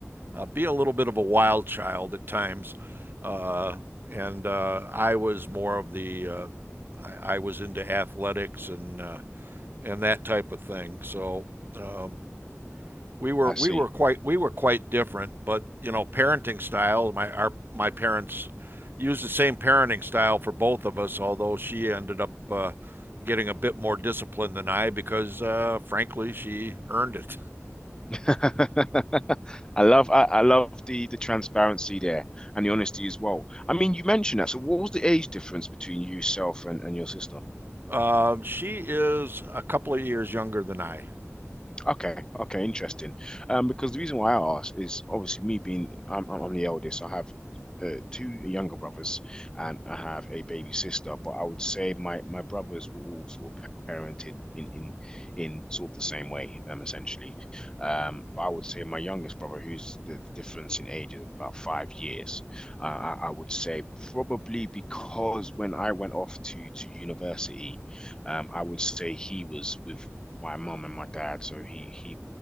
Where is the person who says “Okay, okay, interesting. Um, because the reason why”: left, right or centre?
Left